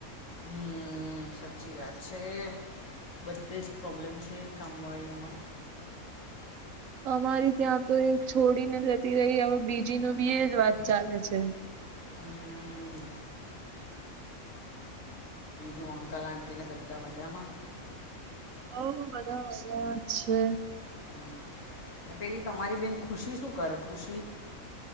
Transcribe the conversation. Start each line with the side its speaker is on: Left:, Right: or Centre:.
Left: હમ સાચી વાત છે બધે જ પ્રોબ્લેમ છે કામવાળીઓનો
Right: અમારી ત્યાં તો એક છોડીને જતી રહી હવે બીજી નું બી એ જ વાત ચાલે છે
Left: હમ જો અંકા લલાન્ટના બધા મધરાામાં
Right: હ બધા બધા છે
Left: હમ ને પેલી તમારી બેન ખુશી શું કરે ખુશી